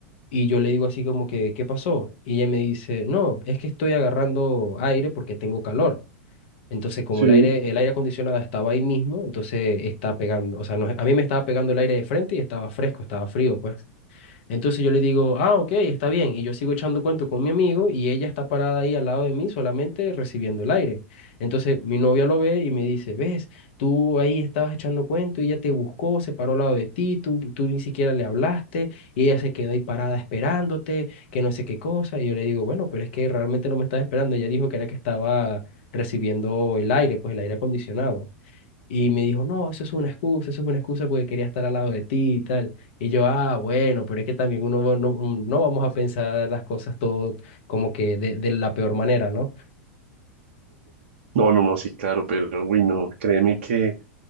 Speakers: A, on the left; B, on the right.
A: Y yo le digo así como que, ¿qué pasó? Y ella me dice, no, es que estoy agarrando aire porque tengo calor. Entonces, como
B: sí.
A: el aire, el aire acondicionado estaba ahí mismo, entonces está pegando, o sea, no- a mí me estaba pegando el aire de frente y estaba fresco, estaba frío, pues. Entonces yo le digo, ah, ok, está bien. Y yo sigo echando cuento con mi amigo y ella está parada ahí al lado de mí solamente recibiendo el aire. Entonces mi novia lo ve y me dice, ves, tú ahí estabas echando cuento y ella te buscó, se paró al lado de ti, tú, tú ni siquiera le hablaste y ella se quedó ahí parada esperándote, que no sé qué cosa. Y yo le digo, bueno, pero es que realmente no me estaba esperando. Ella dijo que era que estaba recibiendo el aire, pues el aire acondicionado. Y me dijo, no, eso es una excusa, eso es una excusa porque quería estar al lado de ti y tal. Y yo, ah, bueno, pero es que también uno va- no, mm, no vamos a pensar las cosas todo como que de, de la peor manera, ¿no?
B: No, no, no, sí, claro, pero uy, no, créeme que,